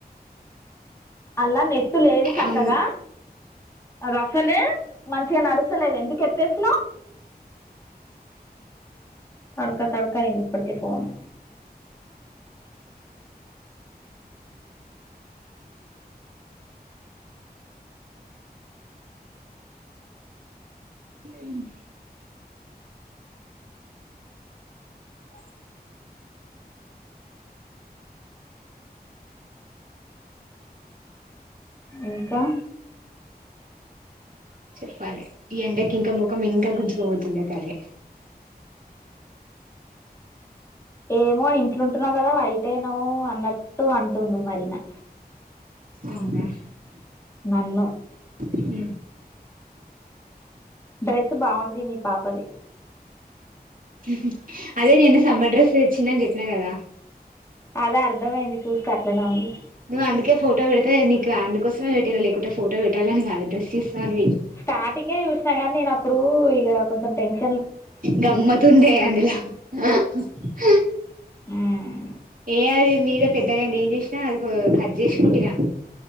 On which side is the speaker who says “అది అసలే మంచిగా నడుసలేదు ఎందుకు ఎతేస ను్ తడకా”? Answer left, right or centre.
Left